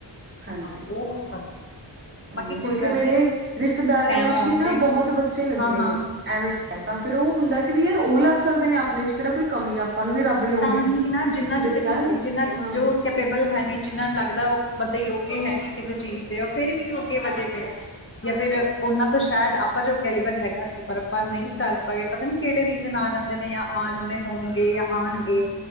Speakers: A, on the left; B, on the right.
A: ਹਾਂ
B: ਹਾਂਜੀ
A: ਉਹ ਹੋ ਸਕਦਾ
B: ਹਾਂਜੀ
A: ਬਾਕੀ
B: ਕਿਉਂਕਿ
A: ਕੋਈ ਗੱਲ
B: ਮੇਰੇ,
A: ਨੀ
B: ਰਿਸ਼ਤੇਦਾਰੀਆਂ
A: ਟਾਈਮ ਆਉਣ
B: ਚ ਵੀ ਨਾ
A: ਤੇ
B: ਬਹੁਤ ਬੱਚੇ ਲੱਗੇ
A: ਹਾਂ
B: ਨੇ
A: ਹਾਂ
B: ਐਵੇਂ ਐ ਤਾਂ ਫੇਰ ਉਹ ਹੁੰਦਾ ਕਿ ਵੀ ਯਾਰ ਉਹ ਲੱਗ ਸਕਦੇ ਨੇ ਆਪਣੇ ਚ ਕਿਹੜਾ ਕੋਈ ਕਮੀ ਆਪਾਂ ਨੂੰ ਵੀ ਰੱਬ ਨੇ ਉਹੀ
A: ਤਾਂ ਹੀ ਨਾ ਜਿੰਨਾ 'ਚ
B: ਦਿੱਤਾ
A: ਦੇਖੋ
B: ਹੈ।
A: ਜਿੰਨਾ
B: ਹਾਂ
A: ਜੋ ਏਬਲ ਹੈ ਨੀ ਜਿਹਨਾ ਨੂੰ ਲੱਗਦਾ ਉਹ ਬੰਦੇ ਯੋਗੇ ਹੈ ਨਹੀਂ ਕਿਸੇ ਚੀਜ਼ ਦੇ ਉਹ ਫੇਰ ਵੀ ਉਹ ਅੱਗੇ ਵਧੇ ਪਏ ਆ। ਜਾਂ ਫਿਰ ਉਹਨਾਂ ਤੋਂ ਸ਼ਾਇਦ ਆਪਾਂ ਜੋ ਕੈਲੀਵਰ ਹੈਗਾ ਸੀ ਪਰ ਆਪਾਂ ਨਹੀਂ ਕਰ ਪਾਏ। ਪਤਾ ਨੀ ਕਿਹੜੇ ਰੀਜ਼ਨ ਆ ਜਾਂਦੇ ਨੇ ਜਾਂ ਆ ਜਾਂਦੇ ਹੋਣਗੇ ਜਾਂ ਆਣਗੇ।